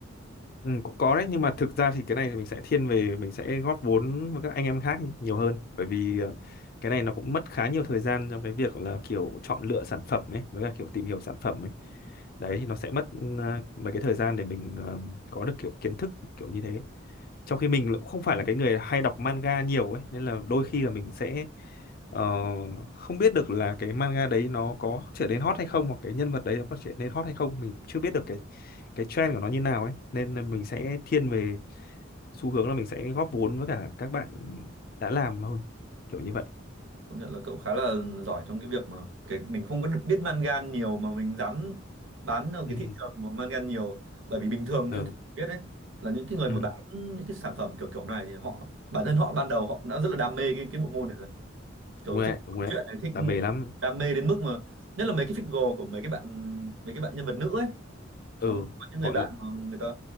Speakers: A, on the left; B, on the right.
A: ừ cũng có đấy nhưng mà thực ra thì cái này thì mình sẽ thiên về mình sẽ góp vốn với các anh em khác nhé, nhiều hơn bởi vì ờ, cái này nó cũng mất khá nhiều thời gian trong cái việc là kiểu chọn lựa sản phẩm ấy với cả kiểu tìm hiểu sản phẩm ấy đấy thì nó sẽ mất ừ, mấy cái thời gian để mình ờ, có được kiểu kiến thức kiểu như thế trong khi mình cũng không phải là cái người hay đọc manga nhiều ấy nên là đôi khi là mình sẽ ờ, không biết được là cái manga đấy nó có trở nên hot hay không hoặc cái nhân vật đấy nó có trở nên hot hay không mình cũng chưa biết được cái cái trend của nó như nào ấy nên là mình sẽ thiên về xu hướng là mình sẽ góp vốn với cả các bạn đã làm hơn kiểu như vậy
B: Công nhận là cậu khá là giỏi trong cái việc mà cái mình không có biết mangan nhiều mà mình dám bán ở
A: <laughs>
B: cái thị trường mà mangan nhiều bởi vì bình thường
A: Ừ.
B: như
A: ừ,
B: cậu biết đấy là những cái người
A: ừ.
B: mà bán những cái sản phẩm kiểu kiểu này thì họ bản thân họ ban đầu họ đã rất là đam mê cái cái bộ môn này rồi kiểu
A: đúng rồi
B: thích
A: đấy, đúng rồi
B: chuyện
A: đấy.
B: này thích
A: đam mê lắm
B: đam mê đến mức mà nhất là mấy cái figure của mấy cái bạn mấy cái bạn nhân vật nữ ấy
A: ừ
B: có có những người
A: gọi
B: bạn
A: là
B: mà người ta